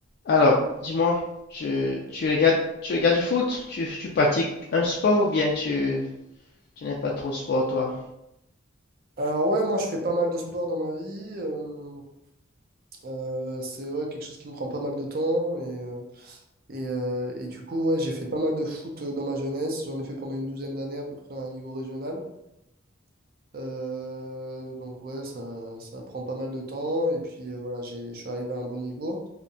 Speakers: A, on the left; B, on the right.
A: Alors, dis-moi, tu, tu regardes, tu regardes du foot? Tu, tu pratiques un sport ou bien tu, tu n'es pas trop sport, toi?
B: Alors ouais, moi je fais pas mal de sport dans ma vie. euh, euh, c'est ouais, quelque chose qui me prend pas mal de temps. Et, euh, et, euh, et du coup, ouais, j'ai fait pas mal de foot euh, dans ma jeunesse. J'en ai fait pendant une douzaine d'années à peu près à un niveau régional. Euh, donc ouais, ça, ça prend pas mal de temps. Et puis euh, voilà, j'ai, je suis arrivé à un bon niveau.